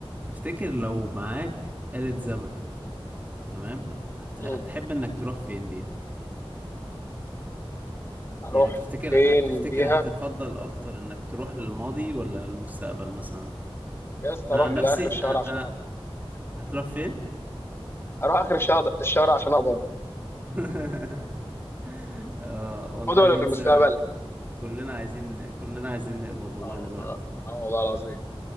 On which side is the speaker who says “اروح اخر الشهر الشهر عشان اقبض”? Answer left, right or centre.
Left